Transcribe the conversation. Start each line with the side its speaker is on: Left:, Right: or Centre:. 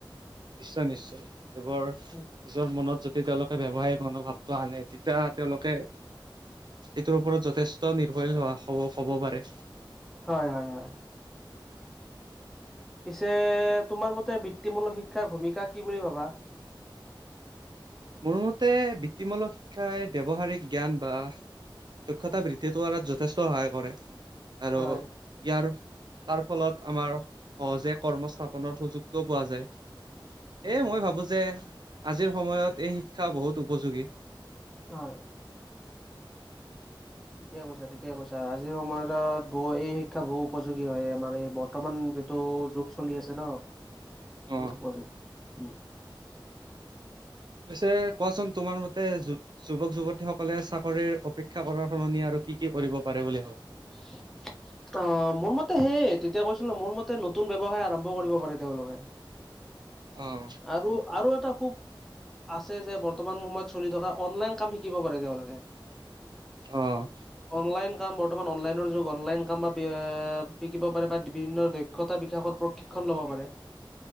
Right: নিশ্চয় নিশ্চয়, এইবোৰ-
Centre: উ
Right: নিজৰ মনত যদি তেওঁলোকে ব্যৱসায়িক মনোভাৱটো আনে, তেতিয়া তেওঁলোকে এইটোৰ ওপৰত যথেষ্ট নিৰ্ভৰীল হোৱা হ'ব, হ'ব পাৰে।
Centre: হয় হয়। হয় পিছে তোমাৰ মতে বৃত্তিমূলক শিক্ষাৰ ভূমিকা কি বুলি ভাবা।
Right: মোৰ মতে বৃত্তিমূলক শিক্ষাই ব্যৱহাৰিক জ্ঞান বা। দক্ষতা বৃদ্ধি কৰাত যথেষ্ট সহায় কৰে। আৰু
Centre: হয়।
Right: ইয়াৰ, তাৰ ফলত আমাৰ সহজে কৰ্মস্থাপনৰ সুযোগটোও পোৱা যায়।
Centre: উম,
Right: এ মই ভাবোঁ যে আজিৰ সময়ত এই শিক্ষা বহুত উপযোগী।
Centre: হয়। ঠিকে কৈছা, ঠিকে কৈছা। আজিৰ সময়ত বহু এই শিক্ষা বহু উপযোগী হয়। আমাৰ এই বৰ্তমান যিটো যুগ চলি আছে ন। বহুত
Right: অ
Centre: উপযোগী, উম্।
Right: পিছে, কোৱাচোন তোমাৰ মতে যুৱক-যুৱতী সকলে চাকৰিৰ অপেক্ষা কৰাৰ সলনি আৰু কি কি কৰিব পাৰে বুলি ভাবা।
Centre: <inaudible> অ', মোৰ মতে সেইয়ে। তেতিয়া কৈছিলোঁ মোৰ মতে নতুন ব্যৱসায় আৰম্ভ কৰিব পাৰে তেওঁলোকে।
Right: অ',
Centre: আৰু আৰু এটা খুব, আছে যে বৰ্তমান সময়ত চলি থকা- অনলাইন কাম শিকিব পাৰে তেওঁলোকে।
Right: অ',
Centre: অনলাইন কাম, বৰ্তমান অনলাইনৰ যুগ অনলাইন কাম বা শিকিব পাৰে বা বিভিন্ন দক্ষ- দক্ষতা বিকাশৰ প্ৰশিক্ষণ ল'ব পাৰে।